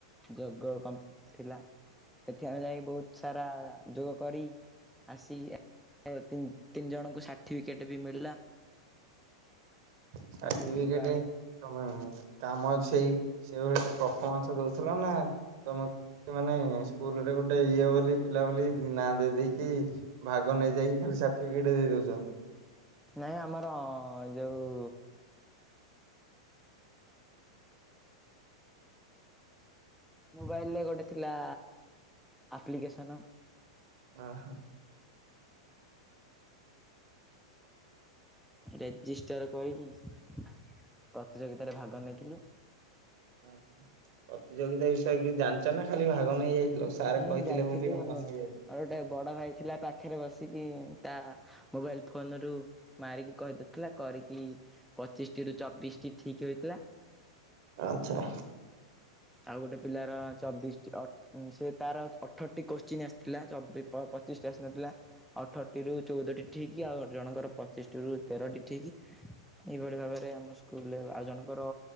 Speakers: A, in the centre; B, on the right.
A: ଯୋଗ କମ୍ପ ଥିଲା ସେଠି ଆମେ ଯାଇ ବହୁତ ସାରା ଯୋଗ କରି ଆସି ତିନ୍ ତିନି ଜଣଙ୍କୁ ସାର୍ଟିଫିକେଟ୍ ବି ମିଳିଲା।
B: ସାଠିପିକେଟ
A: ସାର୍ଟିଫିକେଟକୁ ଆଣି
B: ତମେ କାମ ଛେଇ ସେ ଭଳିଆ ପଫମାନ୍ସ ଦଉଥିଲ ନା ତମ ମାନେ ସ୍କୁଲ ରେ ଗୋଟେ ଇଏ ବୋଲି ପିଲା ବୋଲି ନାଁ ଦେଇ ଦେଇକି ଭାଗ ନେଇଯାଇକି ଖାଲି ସାର୍ଟିଫିକେଟ ଦେଇ ଦଉଛନ୍ତି।
A: ନାଇଁ ଆମର ଯୋଉ ମୋବାଇଲରେ ଗୋଟେ ଥିଲା ଆପ୍ଲିକେସନ୍।
B: ଓ ହୋ।
A: ରେଜିଷ୍ଟର୍ କରିକି ପ୍ରତିଯୋଗିତାରେ ଭାଗ ନେଇଥିଲୁ।
B: ଆଚ୍ଛା। ପ୍ରତିଯୋଗିତା ବିଷୟରେ କିଚି ଜାଣିଚ ନା ଖାଲି ଭାଗ ନେଇ ଯାଇଥିଲ ସାର୍
A: ହୁଁ
B: କହିଥିଲେ
A: ଜାଣିଥିଲୁ
B: ବୋଲି ଭାଗ ନେଇ ଯାଇଥିଲ
A: ମୋର ଗୋଟେ ବଡ ଭାଇ ଥିଲା ପାଖରେ ବସିକି ତା ମୋବାଇଲ ଫୋନ ରୁ ମାରିକି କହିଦେଉଥିଲା କରିକି ପଚିଶଟିରୁ ଚବିଶଟି ଠିକ୍ ହୋଇଥିଲା।
B: ଆଚ୍ଛା।
A: ଆଉ ଗୋଟେ ପିଲାର ଚବିଶ ସେ ତାର ଅଠରଟି କୋଶ୍ଚିନ୍ ଆସି ଥିଲା ଚବିଶ ପଚିଶ ଟା ଆସିନଥିଲା। ଅଠରଟି ର ଚଉଦଟି ଠିକି ଆଉ ଜଣଙ୍କର ପଚିଶଟି ର ତେରଟି ଠିକ। ଏହିଭଳି ଭାବରେ ଆମ ସ୍କୁଲରେ ଆଉ ଜଣଙ୍କର